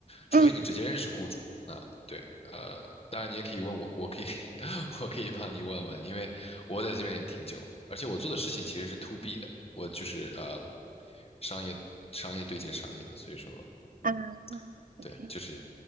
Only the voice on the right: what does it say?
嗯
啊
，OK。